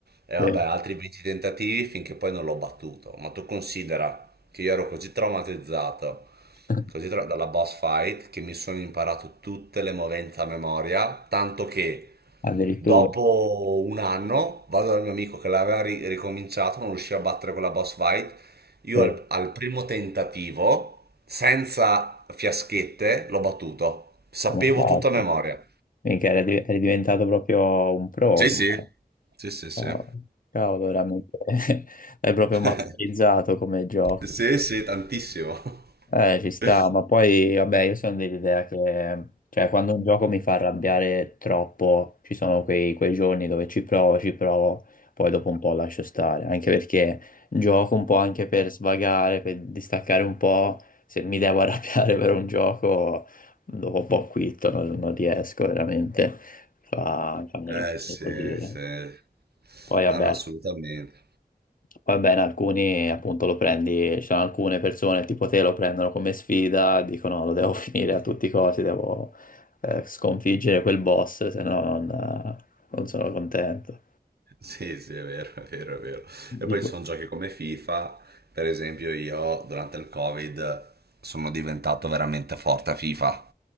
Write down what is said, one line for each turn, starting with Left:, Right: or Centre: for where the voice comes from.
Right: E vabbè,
Left: sì.
Right: altri 20 tentativi finché poi non l'ho battuto. Ma tu considera che io ero così traumatizzato,
Left: <laughs>
Right: così tra- dalla boss fight, che mi sono imparato tutte le movenze a memoria, tanto che
Left: Addirittura.
Right: dopo un anno vado dal mio amico che l'aveva ri- ricominciato, non riusciva a battere quella boss fight, io
Left: Sì.
Right: al, al primo tentativo, senza fiaschette, l'ho battuto. Sapevo
Left: Come hai fatto?
Right: tutta a memoria.
Left: Mica eri, div- eri diventato proprio un pro
Right: Sì,
Left: ormai.
Right: sì, sì, sì, sì.
Left: Ciao. Cavolo, veramente. <laughs> L'hai proprio
Right: <laughs>
Left: masterizzato come gioco.
Right: Sì, sì, tantissimo.
Left: Eh, ci sta,
Right: <laughs>
Left: ma poi, vabbè, io sono dell'idea che, cioè, quando un gioco mi fa arrabbiare troppo, ci sono quei, quei giorni dove ci provo, ci provo, poi dopo un po' lascio stare, anche perché gioco un po' anche per svagare, per distaccare un po', se mi devo arrabbiare <laughs> per un gioco, dopo un po' quitto, non, non riesco veramente, fa, fa nervoso
Right: Eh sì,
Left: così.
Right: sì,
Left: Poi, vabbè.
Right: no, no, assolutamente.
Left: Va bene, alcuni appunto lo prendi, ci sono alcune persone tipo te lo prendono come sfida, dicono lo devo <laughs> finire a tutti i costi, devo eh, sconfiggere quel boss, se no non, eh, non sono contento.
Right: Sì, sì, è vero, è vero, è vero. E
Left: Di
Right: poi
Left: que-
Right: ci sono giochi come FIFA, per esempio io durante il Covid sono diventato veramente forte a FIFA.